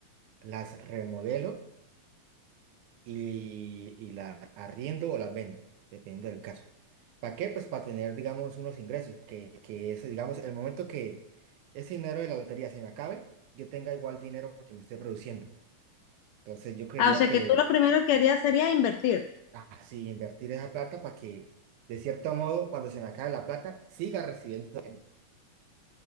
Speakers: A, on the right; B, on the left.
A: Las remodelo y, y la arriendo o la vendo, dependiendo del caso. ¿Para qué? Pues para tener, digamos, unos ingresos, que, que ese, digamos, el momento que ese dinero de la lotería se me acabe, yo tenga igual dinero que me esté produciendo. Entonces yo creería
B: Ah, o sea
A: que
B: que tú lo primero que harías sería invertir.
A: así invertir esa plata para que, de cierto modo, cuando se me acabe la plata, siga recibiendo